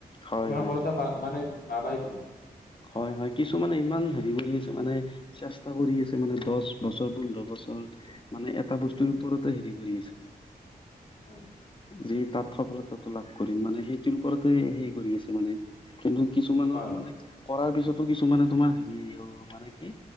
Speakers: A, on the left; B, on the left.
A: হয়
B: তমিলত
A: হয় হয়
B: প মানে <unintelligible> পাবাই তুমি।
A: হয় হয় কিছুমানে ইমান হেৰি কৰি আছে মানে চেষ্টা কৰি আছে মানে দহ বছৰ পোন্ধৰ বছৰ <unintelligible> মানে এটা বস্তুৰ
B: উম,
A: ওপৰতে হেৰি কৰি আছে
B: উম,
A: যি তাত। সফলতাটো লাভ কৰিম মানে সেইটোৰ ওপৰতে হে কৰি আছে মানে কিন্তু <unintelligible> কিছুমানৰ
B: হয়
A: মানেৱ তাৰপিছতো কিছুমানে তোমাৰ হেৰি অ মানে কি